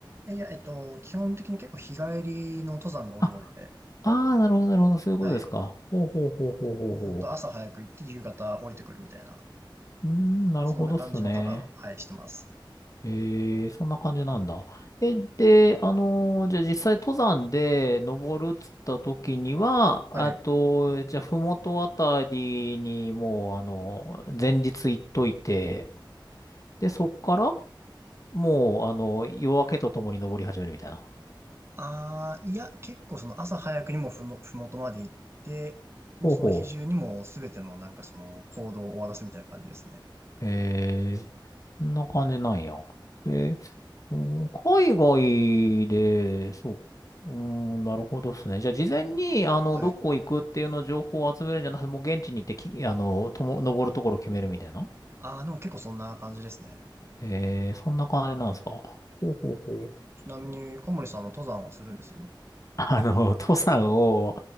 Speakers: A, on the right; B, on the left.
A: えいや、えっと、基本的に結構日帰りの登山が多いので、
B: あ、ああなるほど、なるほど、そういうことですか。
A: はい。
B: ほうほうほうほうほうほう。
A: もう本当朝早く行って夕方降りてくるみたいな、
B: うーん、なるほどっすね。
A: そんな感じの登山を、はい、してます。
B: ええ、そんな感じなんだ。え、で、あのーじゃあ実際登山で登るっつった時には、あと、
A: はい。
B: じゃあ、ふもとあたりにもう、あの、前日行っといて、で、そっから、もう、あの、夜明けとともに登り始めるみたいな。
A: ああ、いや、結構その朝早くにもふの、ふもとまで行って、もうその日中にもすべてのなんかその行動を終わらすみたいな感じですね。
B: ほうほう。ええ、そんな感じなんや。えうん、海外で、そう、うん、なるほどですね。じゃあ、事前に、あの、
A: はい。
B: どこ行くっていうの情報を集めるんじゃなくて、もう現地に行ってき、あの、とも、登るところを決めるみたいな。
A: ああ、でも結構そんな感じですね。
B: えー、そんな感じなんですか。ほうほうほう。
A: ちなみに小森さんも登山をするんです
B: あの、登山を、